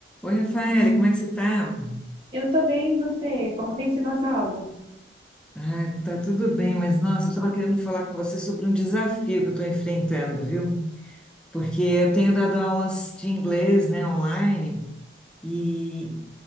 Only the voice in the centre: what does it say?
Oi, Rafaela, como é que você tá?
Ah, tá tudo bem, mas nossa, eu estava querendo falar com você sobre um desafio que eu estou enfrentando, viu? Porque eu tenho dado aulas de inglês, né, online, e,